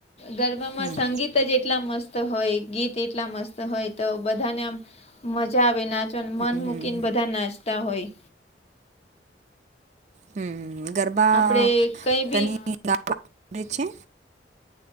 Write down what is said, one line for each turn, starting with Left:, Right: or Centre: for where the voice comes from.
Left: ગરબામાં
Right: હમ,
Left: સંગી ત જ એટલા મસ્ત હોય, ગીત એટલા મસ્ત હોય તો બધાને આમ મજા આવે નાચવાન મન
Right: હમ,
Left: મૂકીન બધા નાચતા હોય.
Right: હમ્મ ગરબા
Left: આપડે કઈ બી
Right: તને <inaudible> છે.